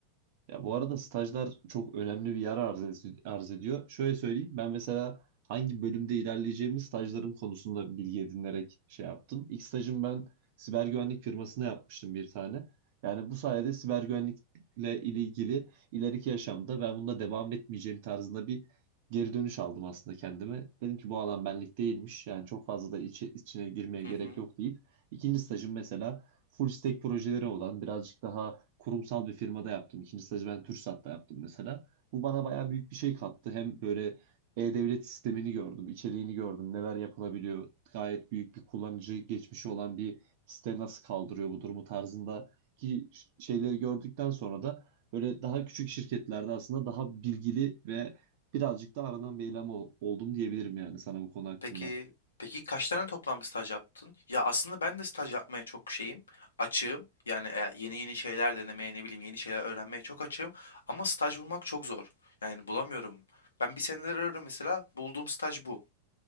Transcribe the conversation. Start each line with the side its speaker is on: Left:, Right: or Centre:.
Right: Ya bu arada stajlar çok önemli bir yer arz, ed- arz ediyor. Şöyle söyleyeyim, ben mesela hangi bölümde ilerleyeceğimi stajlarım konusunda bilgi edinerek şey yaptım. İlk stajım ben siber güvenlik firmasına yapmıştım bir tane. Yani bu sayede siber güvenlikle ilgili ileriki yaşamda ben bunda devam etmeyeceğim tarzında bir geri dönüş aldım aslında kendime. Dedim ki bu alan benlik değilmiş. Yani çok fazla da içi, içine girmeye
Left: Hı
Right: gerek
Left: hı.
Right: yok deyip. ikinci stajım mesela full stack projeleri olan birazcık daha kurumsal bir firmada yaptım. İkinci stajı ben TürkSat'ta yaptım mesela. Bu bana bayağı büyük bir şey kattı. Hem böyle e-devlet sistemini gördüm, içeriğini gördüm, neler yapılabiliyor. Gayet büyük bir kullanıcı geçmişi olan bir site nasıl kaldırıyor bu durumu tarzında ki şeyleri gördükten sonra da böyle daha küçük şirketlerde aslında daha bilgili ve birazcık da aranan bir eleman ol- oldum diyebilirim yani sana bu konu hakkında.
Left: Peki peki kaç tane toplam staj yaptın? Ya aslında ben de staj yapmaya çok şeyim, açığım. Yani e, yeni yeni şeyler denemeye, ne bileyim yeni şeyler öğrenmeye çok açığım. Ama staj bulmak çok zor. Yani bulamıyorum. Ben bir senedir arıyorum mesela. Bulduğum staj bu.